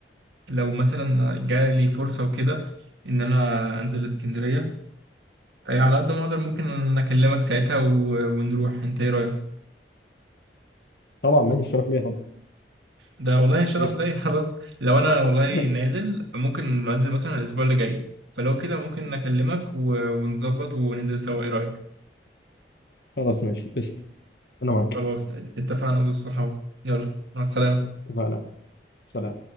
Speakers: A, on the right; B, on the left.
A: لو مثلا جالي فرصه وكده ان انا انزل اسكندريه أي على قد ما اقدر ممكن اكلمك ساعتها و... ونروح انت ايه رايك
B: طبعا ماشي الشرف ليا طبعا
A: ده والله شرف
B: قشطة
A: ليا <laughs> خلاص لو انا والله
B: <laughs>
A: نازل ممكن انزل مثلا الاسبوع اللي جاي فلو كده ممكن اكلمك و- ونظبط وننزل سوا ايه رايك
B: خلاص ماشي قشطة أنا معاك
A: خلاص اتفقنا بالصحاب يلا مع السلامه
B: اتفقنا سلام